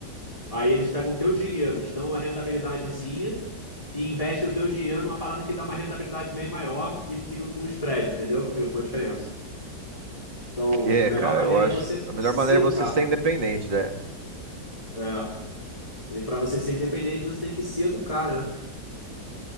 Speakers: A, on the left; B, on the right.
A: Aí eles pegam o teu dinheiro, te dão uma rentabilidadezinha e investem o teu dinheiro numa parada que dá uma rentabilidade bem maior e ficam com o spread, entendeu? Ficam com a diferença. Então,
B: Que é,
A: a melhor
B: cara,
A: maneira
B: eu acho.
A: é você
B: A melhor
A: se
B: maneira
A: educar.
B: é você ser independente, né?
A: É. E para você ser independente, você tem que se educar, né?